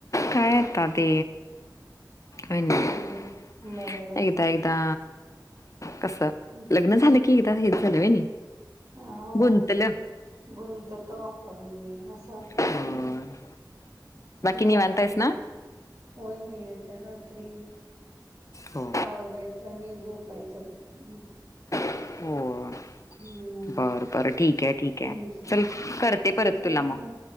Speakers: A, on the left; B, on the right.
A: काय आता ते एकदा
B: हं, बरोबर आहे.
A: एकदा कस
B: हं,
A: लग्न झाल की एकदा हेच झालं होयनी
B: अ, होय.
A: गुंतल्या
B: गुंततो पण असं होत.
A: होय
B: बाकी
A: निवांत आहेस
B: आणि,
A: ना
B: होय बाई आता तरी
A: हो
B: आवरायचं आणि झोपायचं बघ.
A: हो.
B: हम्म.
A: बर बर ठीक आहे ठीके
B: तुमचं
A: चल करते
B: तुमचं
A: परत तुला
B: आवरलं?
A: मग.